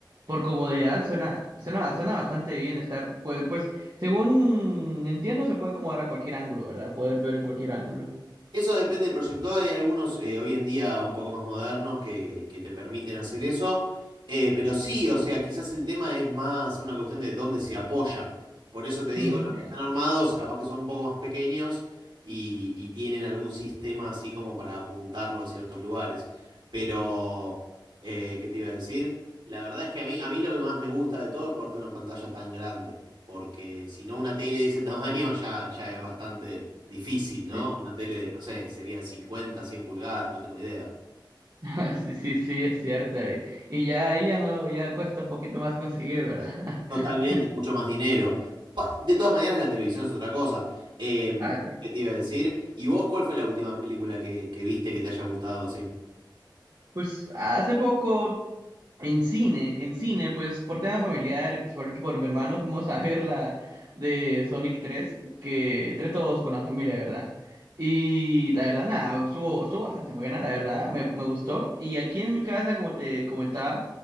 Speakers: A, on the right; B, on the right.
A: por comodidad suena, suena, suena bastante bien estar, pues, pues, según entiendo, se puede acomodar a cualquier ángulo, ¿verdad? Poder ver en cualquier ángulo.
B: Eso depende del proyector. Hay algunos eh, hoy en día un poco más modernos que, que te permiten hacer eso. Eh, pero sí, o sea, quizás el tema es más una cuestión de dónde se apoya. Por eso te digo,
A: Mm,
B: los
A: ya.
B: que están armados capaz que son un poco más pequeños y, y tienen algún sistema así como para apuntarlo a ciertos lugares. Pero, eh, ¿qué te iba a decir? La verdad es que a mí, a mí lo que más me gusta de todo es poder tener una pantalla tan grande porque si no una tele de ese tamaño ya, ya es bastante difícil, ¿no?
A: Sí.
B: Una tele de, no sé, sería 50, 100 pulgadas, no tengo idea.
A: <laughs> Sí, sí, sí, es cierto. Y, y ya ahí ya no, ya cuesta un poquito más conseguir, ¿verdad? <laughs>
B: Totalmente, mucho más dinero. Pa- De todas maneras, la televisión es otra cosa. Em,
A: Ah, sí.
B: ¿qué te iba a decir? ¿Y vos cuál fue la última película que, que viste que te haya gustado así?
A: Pues hace poco En cine, en cine, pues por tema familiar y principalmente por mi hermano fuimos a ver la de Sonic tres que entre todos con la familia, ¿verdad? Y la verdad, nada, estuvo, estuvo bastante buena, la verdad, me, me gustó. Y aquí en mi casa, como te comentaba,